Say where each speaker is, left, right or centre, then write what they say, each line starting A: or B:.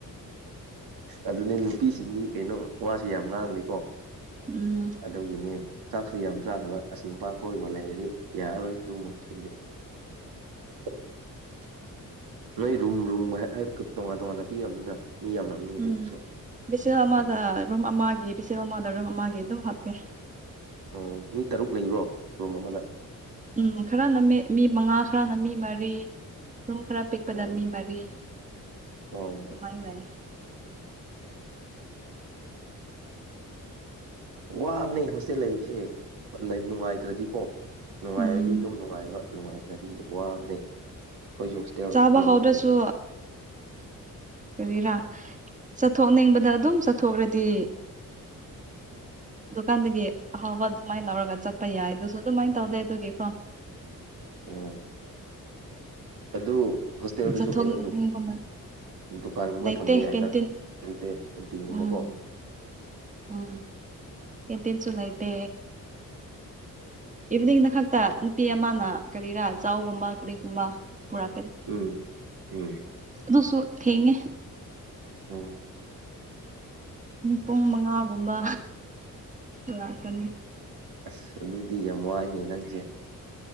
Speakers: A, on the right; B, on the right.
A: ꯑꯗꯨꯅꯦ ꯅꯨꯄꯤꯁꯤꯡ ꯀꯩꯅꯣ ꯋꯥꯁꯨ ꯌꯥꯝ ꯉꯥꯡꯅꯤꯦꯀꯣ
B: ꯎꯝ
A: ꯑꯗꯨꯒꯤꯅꯦ ꯆꯥꯛꯁꯨ ꯌꯥꯝ ꯆꯥꯗꯕ ꯑꯁ ꯅꯨꯄꯥ ꯐ ꯑꯣꯏꯔꯤꯕ ꯂꯩꯔꯗꯤ ꯌꯥꯔꯔꯣꯏ ꯑꯗꯨꯒꯨꯝꯕꯛꯇꯗꯤ <unintelligible> ꯅꯣꯏ ꯔꯨꯝ ꯔꯨꯝ ꯇꯣꯉꯥꯟ ꯇꯣꯉꯥꯟꯅ ꯄꯤꯔꯕꯅꯤꯅ ꯃꯤ ꯌꯥꯝꯔꯝꯅꯤ ꯂꯩꯕꯁꯨ
B: ꯎꯝ ꯕꯤꯁꯦꯜ ꯑꯃꯗ
A: ꯎꯝ
B: ꯔꯨꯝ ꯑꯃꯒꯤ ꯄꯆꯦꯜ ꯑꯃꯗꯔꯝ ꯑꯃꯒꯤꯒꯤ ꯑꯗꯨꯝ ꯍꯥꯞꯀꯦ
A: ꯎꯝ ꯃꯤ ꯇꯔꯨꯛ ꯂꯩꯕꯨꯔꯣ ꯔꯨꯝ ꯑꯃꯗ
B: ꯎꯝ ꯈꯔꯅ ꯃꯤ ꯃꯉꯥ ꯈꯔꯅ ꯃꯤ ꯃꯔꯤ ꯔꯨꯝ ꯈꯔ ꯄꯤꯛꯄꯗ
A: ꯎꯝ
B: ꯃꯤ ꯃꯔꯤ
A: ꯑꯣ
B: ꯑꯗꯨꯃꯥꯏ ꯂꯩ
A: ꯋꯥꯕꯅꯦ ꯍꯣꯁꯇꯦꯜ ꯂꯩꯕꯁꯦ ꯅꯨꯡꯉꯥꯏꯇ꯭ꯔꯗꯤꯀꯣ ꯅꯨꯡꯉꯥꯏꯔꯗꯤ
B: ꯎꯝ
A: ꯑꯗꯨꯝ ꯅꯨꯡꯉꯥꯏꯕ ꯅꯨꯡꯉꯥꯏꯇ꯭ꯔꯗꯤ ꯋꯥꯕꯅꯦ ꯑꯩꯈꯣꯏꯁꯨ ꯍꯣꯁꯇꯦꯜ
B: ꯆꯥꯕ
A: ꯑꯅꯝꯕ
B: ꯍꯧꯗ꯭ꯔꯁꯨ
A: ꯂꯩ ꯍꯥꯏ
B: ꯀꯔꯤꯔꯥ ꯆꯠꯊꯣꯛꯅꯤꯡꯕꯗ ꯑꯗꯨꯝ ꯆꯠꯊꯣꯛꯈ꯭ꯔꯗꯤ
A: <inaudible>
B: ꯗꯨꯀꯥꯟꯗꯒꯤ ꯑꯍꯥꯎꯕ ꯑꯗꯨꯃꯥꯏꯅ ꯂꯧꯔꯒ ꯆꯠꯄ ꯌꯥꯏ ꯑꯗꯨꯁꯨ ꯑꯗꯨꯃꯥꯏꯅ ꯇꯧꯗꯦ ꯑꯗꯨꯒꯤꯀꯣ
A: ꯑꯣ ꯑꯗꯨ ꯍꯣꯁꯇꯦꯜꯗꯨꯁꯨ
B: ꯆꯠꯊꯣꯛꯅꯤꯡꯕ
A: ꯀꯩꯅꯣꯗꯨ ꯗꯨꯀꯥꯟꯒꯨꯝꯕ
B: ꯂꯩꯇꯦ
A: ꯊꯝꯕ ꯌꯥꯏꯅ
B: ꯀꯦꯟꯇꯤꯟ
A: ꯂꯩꯇꯦ ꯀꯦꯟꯇꯤꯟꯒꯨꯝꯕꯀꯣ
B: ꯎꯝ ꯎꯝ ꯑꯦꯇꯦꯟ ꯆꯂꯥꯏꯇ ꯏꯚꯤꯅꯤꯡꯗ ꯈꯛꯇ ꯅꯨꯄꯤ ꯑꯃꯅ ꯀꯔꯤꯔꯥ ꯆꯒꯨꯝꯕ ꯀꯔꯤꯒꯨꯝꯕ ꯄꯨꯔꯛꯀꯅꯤ
A: ꯎꯝ ꯎꯝ
B: ꯑꯗꯨꯁꯨ ꯊꯦꯡꯉꯦ
A: ꯎ
B: ꯄꯨꯡ ꯃꯉꯥꯒꯨꯝꯕ ꯂꯥꯛꯀꯅꯤ
A: ꯑꯁ ꯑꯗꯨꯗꯤ ꯌꯥꯝ ꯉꯥꯏꯅꯦ ꯅꯪꯁꯦ